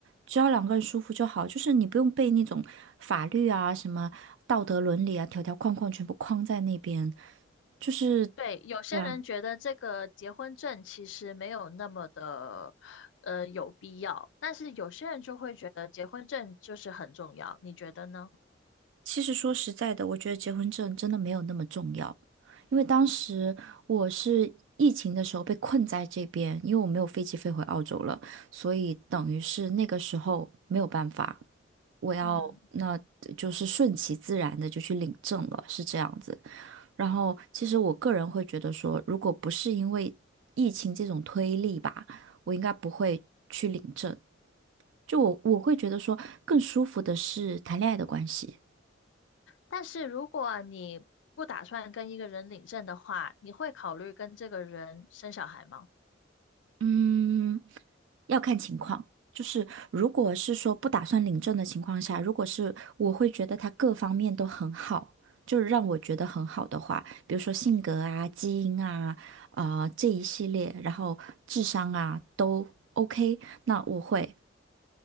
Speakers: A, on the right; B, on the left.
A: 只要两个人舒服就好，就是你不用被那种法律啊、什么道德伦理啊、条条框框全部框在那边，就是
B: 对，有些人觉得这个结婚证其实没有那么的，
A: 对啊
B: 呃，有必要，但是有些人就会觉得结婚证就是很重要，你觉得呢？
A: 其实说实在的，我觉得结婚证真的没有那么重要，因为当时我是疫情的时候被困在这边，因为我没有飞机飞回澳洲了，所以等于是那个时候没有办法，我要那就是顺其自然的就去领证了，
B: 嗯，
A: 是这样子。然后，其实我个人会觉得说，如果不是因为疫情这种推力吧，我应该不会去领证。就我我会觉得说，更舒服的是谈恋爱的关系。
B: 但是如果你不打算跟一个人领证的话，你会考虑跟这个人生小孩吗？
A: 嗯，要看情况。就是如果是说不打算领证的情况下，如果是我会觉得他各方面都很好，就是让我觉得很好的话，比如说性格啊、基因啊、啊这一系列，然后智商啊都 OK，那我会，